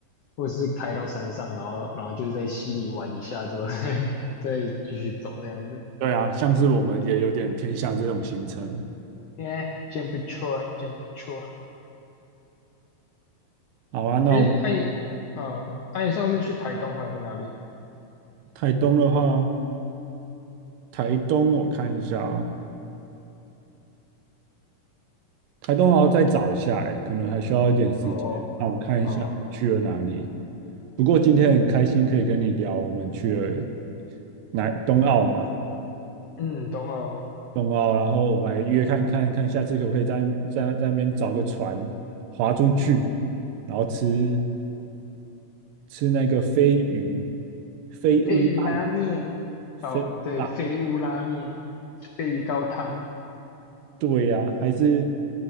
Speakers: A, on the left; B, on the right.
A: 或者是开到山上，然后然后就是在溪里玩一下之后再 <laughs> 再继续走这样子。
B: 对啊，像是我们也有点偏向这种行程。
A: 哎，真不错，真不错。
B: 好啊，那我们
A: 哎，哎，啊，哎，你上次去台东还有去哪里？
B: 台东的话，台东我看一下啊，台东我要再找一下，哎，可能还需要一点时间。
A: 哦，
B: 那我看一下我去了哪里。
A: 哦，
B: 不过今天很开心可以跟你聊，我们去了南东澳嘛，
A: 嗯，懂了哦
B: 东澳，然后我们来约看看看，下次可不可以在在在那边找个船划出去，然后吃吃那个飞鱼、飞乌拉、
A: 鲱鱼拉面，
B: 飞乌拉，
A: 哦，对，鲱屋拉面，鲱鱼高汤，
B: 对呀、还是